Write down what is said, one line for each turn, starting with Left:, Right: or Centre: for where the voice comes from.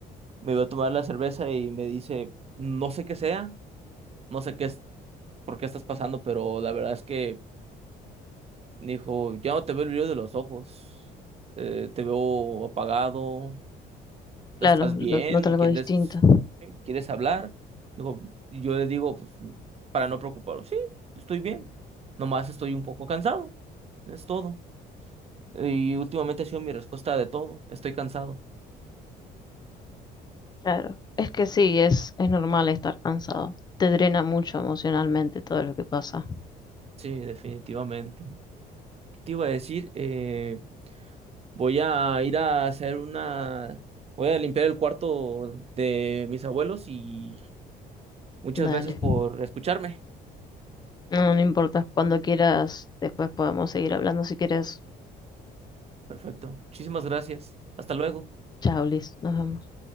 Right: me iba a tomar la cerveza y me dice, no sé qué sea, no sé qué es, por qué estás pasando, pero la verdad es que me dijo, ya no te veo el brillo de los ojos, eh, te veo apagado, ¿estás
Left: Claro,
Right: bien?
Left: no- noto algo
Right: ¿Quieres,
Left: distinto.
Right: quieres hablar? Dijo, yo le digo, pues, para no preocupar, sí, estoy bien, nomás estoy un poco cansado, es todo. Y últimamente ha sido mi respuesta de todo, estoy cansado.
Left: Claro, es que sí, es, es normal estar cansado. Te drena mucho emocionalmente todo lo que pasa.
Right: Sí, definitivamente. ¿Qué te iba a decir? Eh, Voy a ir a hacer una... Voy a limpiar el cuarto de mis abuelos y muchas
Left: Dale.
Right: gracias por escucharme.
Left: No, no importa. Cuando quieras, después podemos seguir hablando si quieres.
Right: Perfecto. Muchísimas gracias. Hasta luego.
Left: Chao, Liz. Nos vemos.